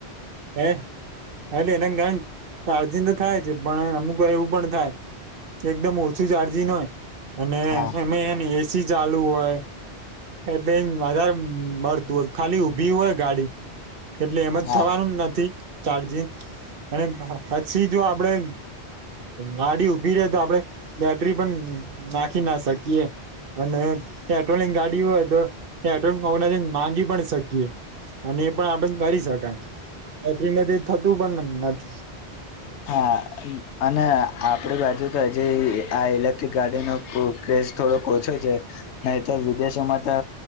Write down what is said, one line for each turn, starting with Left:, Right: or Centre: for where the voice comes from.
Right: હે હા એટલે એના કાણન ચાર્જિંન તો થાય છે પણ અમુક વાય એવું પણ થાય એકદમ ઓછું ચાર્જીિંન હોય અને
Left: હા
Right: એમાં હેને એ સી ચાલુ હોય એટલે વધાં મળતું હોય ખાલી ઉભી હોય ગાડી. એટલે એમાં
Left: હા
Right: થવાનું નથી ચાર્જિંન. અને પછી જો આપડે ગ ગાડી ઉભી રે તો આપડે બેટરી પન નાંખી ના શકીએ. અને પેટ્રોલની ગાડી હોય તો પેટ્રોલ <unintelligible> માંગી પણ શકીયે અને એ પણ આપણે કરી શકાય બેટરીને કંઈ થતું પણ ન નથ
Left: હા અને આપડે બાજુ તો અજી આ ઇલેક્ટ્રિક ગાડીનું <unintelligible> થોડોક ઓછો છે નઈતો વિદેશોમાં તો